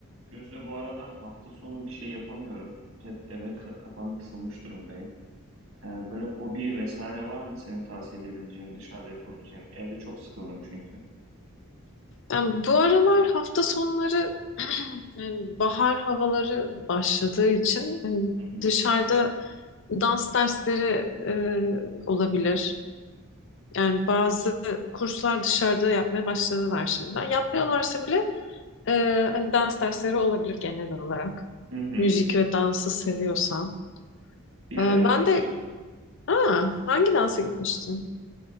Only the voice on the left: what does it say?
Ben bu aralar hafta sonları <clears throat> yani bahar havaları başladığı için hani
dışarıda dans dersleri e, olabilir. Yani bazı kurslar dışarıda yapmaya başladılar şimdiden. Yapmıyorlarsa bile e, hani dans dersleri olabilir genel olarak.
Müzik ve dansı seviyorsan.
E,
ben de aa, hangi dansa gitmiştim?